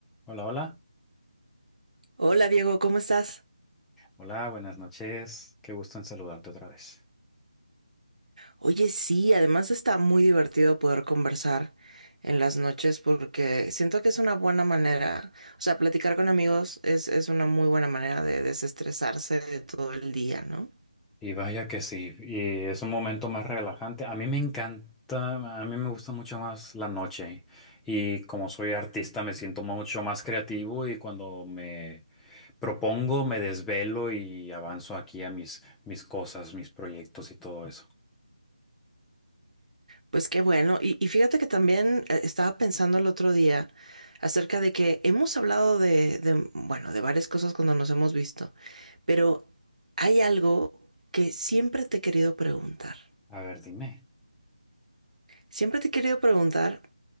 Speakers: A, in the centre; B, on the right (about 80°).
A: Hola, hola.
B: Hola Diego, ¿cómo estás?
A: Hola, buenas noches. Qué gusto en saludarte otra vez.
B: Oye, sí, además está muy divertido poder conversar en las noches porque siento que es una buena manera, o sea, platicar con amigos es, es una muy buena manera de desestresarse de todo el día, ¿no?
A: Y vaya que sí, y es un momento más relajante. A mí me encanta, a mí me gusta mucho más la noche. Y como soy artista, me siento mucho más creativo y cuando me propongo, me desvelo y avanzo aquí a mis, mis cosas, mis proyectos y todo eso.
B: Pues qué bueno, y, y fíjate que también eh, estaba pensando el otro día acerca de que hemos hablado de, de, bueno, de varias cosas cuando nos hemos visto, pero hay algo que siempre te he querido preguntar.
A: A ver, dime.
B: Siempre te he querido preguntar